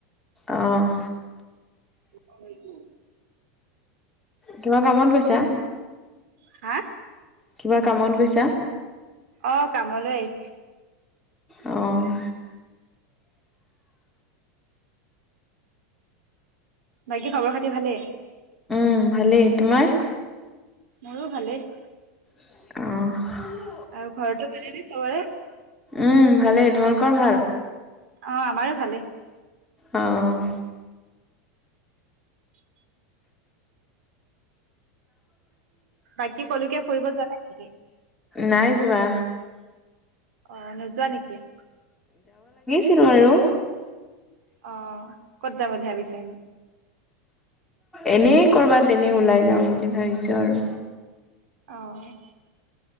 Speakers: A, in the centre; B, on the right.
A: অহঁ।
B: থোপা কৰিছো।
A: কিবা কামত গৈছা?
B: হাঁ?
A: কিবা কামত গৈছা?
B: অ কামলৈ আহিছো।
A: অ'।
B: বাকী খবৰ খাতি ভালেই?
A: উ ভালেই তোমাৰ।
B: মোৰো ভালেই।
A: অ'।
B: আৰু ঘৰতো ভালেই নে চবৰে?
A: উম ভালেই, তোমালোকৰ ভাল?
B: অ', আমাৰো ভালেই।
A: অ'।
B: বাকী কলকীয়া ফুৰিব যোৱা নাই নেকি?
A: নাই যোৱা।
B: অ', নোযোৱা নেকি?
A: ভাবিছিলো আৰু।
B: অ', কত যাব এনো ভাবিচা?
A: এনেই কৰবাত এনেই ওলাই যাওঁ বুলি ভাবিছো আৰু।
B: অ'।